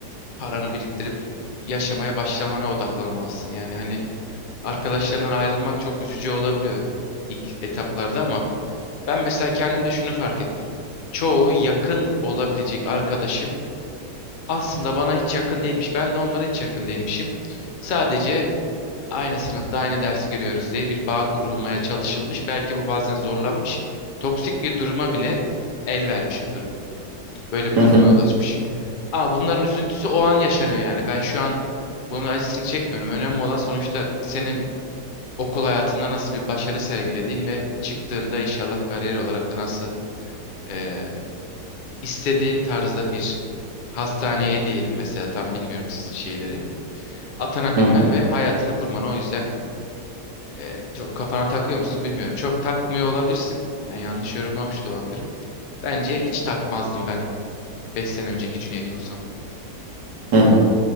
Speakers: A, on the left (about 50°); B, on the right (about 75°).
A: paranı biriktirip yaşamaya başlamana odaklanmalısın. Yani hani arkadaşlarından ayrılmak çok üzücü olabiliyor ilk etaplarda ama ben mesela kendimde şunu fark ettim. Çoğu yakın olabilecek arkadaşım aslında bana hiç yakın değilmiş. Ben de onlara hiç yakın değilmişim. Sadece aynı sınıfta aynı dersi görüyoruz diye bir bağ kurulmaya çalışılmış. Belki bu bazen zorlanmış. Toksik bir duruma bile el vermiş bu durum. Böyle bir
B: Hı
A: duruma
B: hı.
A: yol açmış. Ama bunların üzüntüsü o an yaşanıyor yani. Ben şu an bunun acısını çekmiyorum. Önemli olan sonuçta senin okul hayatında nasıl bir başarı sergilediğin ve çıktığında inşallah kariyer olarak da nasıl e, istediğin tarzda bir hastaneye diyelim mesela tam bilmiyorum sizin şeyleri. Atanabilmen
B: Hı hı.
A: ve hayatını kurman. O yüzden e, çok kafana takıyor musun bilmiyorum. Çok takmıyor olabilirsin. Ben yanlış yorumlamış da olabilirim. Bence hiç takmazdım ben 5 sene önceki Cüneyt olsam.
B: Hı hı.